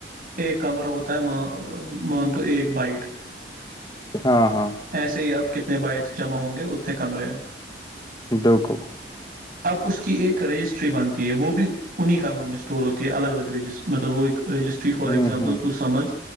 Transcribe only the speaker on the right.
ایک کمرہ ہوتا ہے مان تو ایک بائٹ
ایسے ہی اپ کتنے بائٹ جمع ہوں گے اتنے کمرے ہیں
اب اس کی ایک رجسٹری بنتی ہے وہ بھی اننی کموں میں سٹور ہوتی ہے الگ الگجس مطلب وہٮ ایک رجسٹ فار
ایگزامپل
توو سمجھ